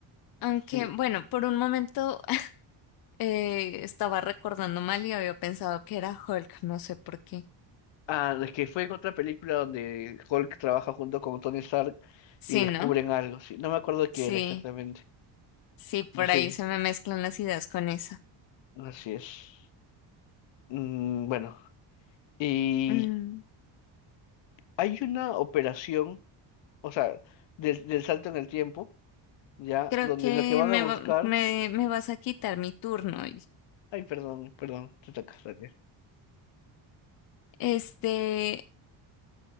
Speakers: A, on the left (about 50°); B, on the left (about 70°).
A: Aunque,
B: Sí.
A: bueno, por un momento <laughs> eh, estaba recordando mal y había pensado que era Hulk, no sé por qué.
B: Ah, es que fue en otra película donde Hulk trabaja junto con Tony Stark
A: Sí,
B: y descubren
A: ¿no?
B: algo. Sí, no me acuerdo qué
A: Sí,
B: era exactamente.
A: sí, por
B: Así,
A: ahí se me mezclan las ideas con esa.
B: así es. Mm, bueno, y
A: Mm,
B: hay una operación, o sea, del del salto en el tiempo. ya,
A: creo
B: donde
A: que
B: lo que van
A: me,
B: a buscar,
A: va- me, me vas a quitar mi turno. hoy.
B: ay, perdón, perdón, te toca dale.
A: Este,